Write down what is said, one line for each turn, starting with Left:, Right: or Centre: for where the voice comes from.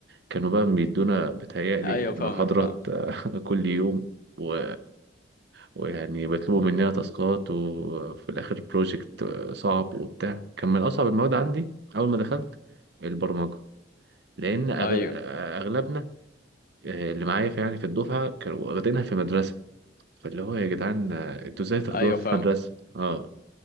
Right: كانوا بقى بيدونا بتهيألي
Left: أيوه
Right: المحاضرات
Left: فاهمك فاهمك
Right: <laughs> آه، كل يوم و... ويعني بيطلبوا مننا تاسكات وفي الآخر بروجكت صعب وبتاع كان من أصعب المواد عندي أول ما دخلت البرمجة لان أغ-
Left: أيوه
Right: اغلبنا آه، اللي معايا في يعني في الدفعه كانوا واخدينها في مدرسه فاللي هو يا جدعان آه، انتوا ازاي تاخدوها
Left: أيوه
Right: في
Left: فاهمك
Right: مدرسه اه